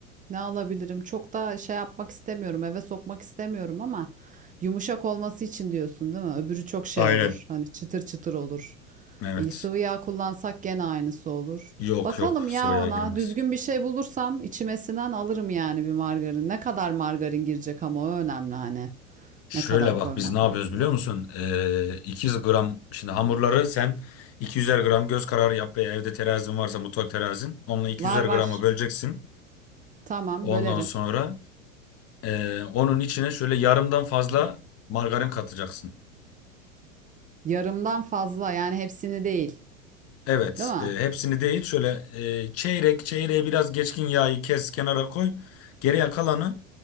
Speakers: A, on the right (about 20°); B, on the left (about 35°).
A: ne alabilirim? Çok da şey yapmak istemiyorum, eve sokmak istemiyorum ama yumuşak olması için diyorsun değil mi? Öbürü çok şey
B: Aynen.
A: olur. Hani çıtır çıtır olur.
B: Evet.
A: E, sıvı yağ kullansak gene aynısı olur.
B: Yok
A: Bakalım
B: yok
A: ya
B: sıvı
A: ona
B: yağ girmez.
A: düzgün bir şey bulursam içime sinen alırım yani bir margarin. Ne kadar margarin girecek ama o önemli hani.
B: Şöyle
A: Ne kadar
B: bak
A: koymak
B: biz ne yapıyoruz
A: gerekecek.
B: biliyor musun? E, 200 gram şimdi hamurları sen 200'er gram göz kararı yap veya evde terazin varsa mutfak terazin. Onunla 200'er
A: Var var.
B: gramı böleceksin.
A: Tamam
B: Ondan
A: bölerim.
B: sonra Ee, onun içine şöyle yarımdan fazla margarin katacaksın.
A: Yarımdan fazla yani hepsini değil.
B: Evet,
A: Değil mi?
B: e, hepsini değil şöyle e, çeyrek çeyreğe biraz geçkin yağı kes kenara koy. Geriye kalanı